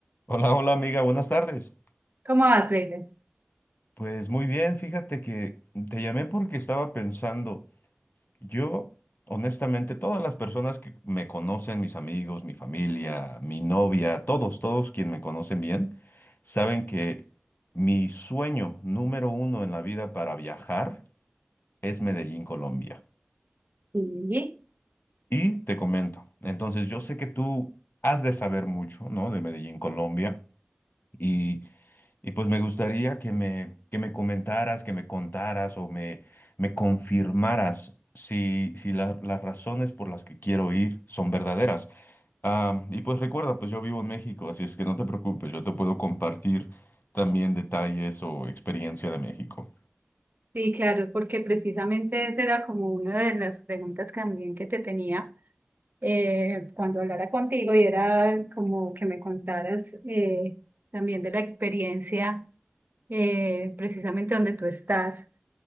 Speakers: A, on the left; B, on the right.
A: Hola, hola amiga, buenas tardes.
B: ¿Cómo vas, Leiber?
A: Pues muy bien, fíjate que te llamé porque estaba pensando, yo honestamente, todas las personas que me conocen, mis amigos, mi familia, mi novia, todos, todos quienes me conocen bien, saben que mi sueño número uno en la vida para viajar es Medellín, Colombia.
B: Sí.
A: Y te comento, entonces yo sé que tú has de saber mucho, ¿no? De Medellín, Colombia. Y Y pues me gustaría que me, que me comentaras, que me contaras o me, me confirmaras si, si la- las razones por las que quiero ir son verdaderas. Ah, y pues recuerda, pues yo vivo en México, así es que no te preocupes, yo te puedo compartir también detalles o experiencia de México.
B: Sí, claro, porque precisamente esa era como una de las preguntas también que te tenía eh, cuando hablara contigo y era como que me contaras eh, también de la experiencia eh, precisamente donde tú estás.